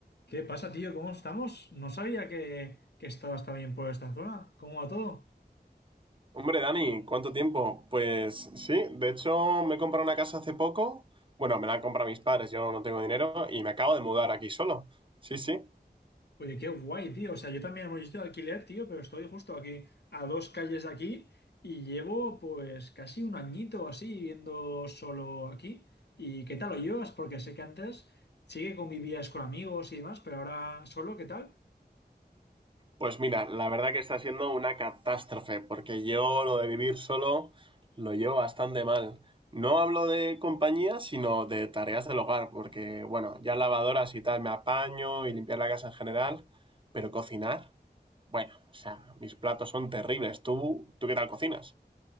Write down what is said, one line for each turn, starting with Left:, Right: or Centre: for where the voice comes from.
Left: ¿Qué pasa, tío? ¿Cómo estamos? No sabía que, que estabas también por esta zona. ¿Cómo va todo?
Right: Hombre, Dani, ¿cuánto tiempo? Pues sí, de hecho me he comprado una casa hace poco. Bueno, me la han comprado mis padres, yo no tengo dinero y me acabo de mudar aquí solo. Sí, sí.
Left: Oye, qué guay, tío. O sea, yo también voy de alquiler, tío, pero estoy justo aquí, a dos calles de aquí, y llevo pues casi un añito así viviendo solo aquí. ¿Y qué tal lo llevas? Porque sé que antes sí que convivías con amigos y demás, pero ahora solo, ¿qué tal?
Right: Pues mira, la verdad que está siendo una catástrofe, porque yo lo de vivir solo lo llevo bastante mal. No hablo de compañía, sino de tareas del hogar, porque bueno, ya lavadoras y tal me apaño y limpiar la casa en general, pero cocinar, bueno, o sea, mis platos son terribles. ¿Tú, tú qué tal cocinas?